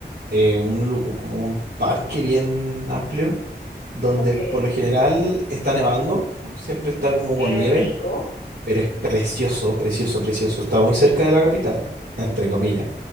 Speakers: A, on the right (about 80°); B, on the left (about 80°).
A: eh, un, lu- como un parque bien amplio, donde
B: Ok,
A: por lo general está nevando, siempre está como
B: qué
A: con nieve,
B: rico.
A: pero es precioso, precioso, precioso. Está muy cerca de la capital, entre comillas.